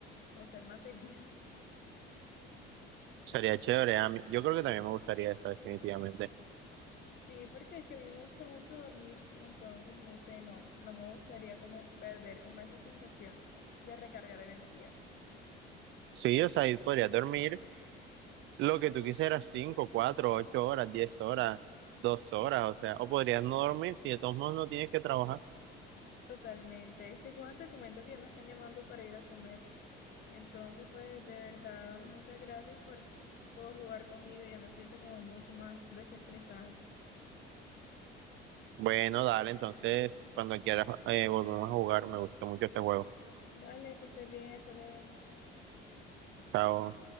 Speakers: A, on the left; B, on the right.
A: o ser mantenida.
B: Sería chévere, a mí. Yo creo que también me gustaría esa, definitivamente.
A: Sí, porque es que a mí me gusta mucho dormir, entonces no sé, no, no me gustaría como perder como esa sensación de recargar energías.
B: Sí, o sea, ahí podrías dormir lo que tú quisieras, 5 4 8 horas, 10 horas, 2 horas, o sea, o podrías no dormir si de todos modos no tienes que trabajar.
A: Totalmente. Este Juan, te comento que ya me están llamando para ir a comer. Entonces, pues de verdad, muchas gracias por, por jugar conmigo. Ya me siento como mucho más desestresada.
B: Bueno, dale, entonces, cuando quieras, eh, volvemos a jugar, me gusta mucho este juego.
A: Vale, que estés bien, hasta luego.
B: Chao.